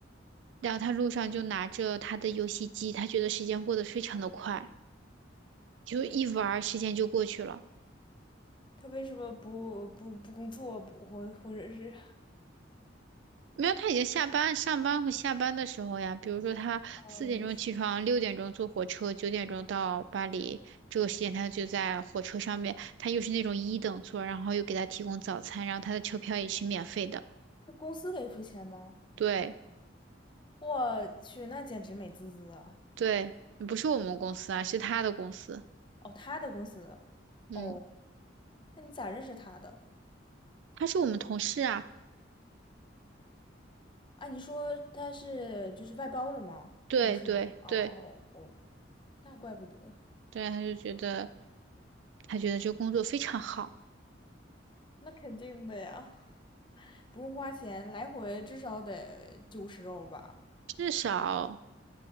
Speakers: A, on the right; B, on the left.
A: 然后他路上就拿着他的游戏机，他觉得时间过得非常的快，就一玩儿时间就过去了。
B: 他为什么不不不工作不或或者是？
A: 没有，他已经下班，上班和下班的时候呀，比如说他四点钟起床，
B: 哦，也是，
A: 六点钟坐火车，九点钟到巴黎，这个时间他就在火车上面，他又是那种一等座，然后又给他提供早餐，然后他的车票也是免费的。
B: 是公司给付钱吗？
A: 对
B: 我去，那简直美滋滋啊！
A: 对，不是我们公司啊，是他的公司。
B: 哦，他的公司，
A: 嗯，
B: 哦，那你咋认识他的？
A: 他是我们同事啊。
B: 啊，你说他是就是外包的吗？
A: 对对对
B: 同事吗？哦哦哦，那怪不得，
A: 对，他就觉得他觉得这工作非常好，
B: 那肯定的呀，不用花钱，来回至少得九十欧吧？
A: 至少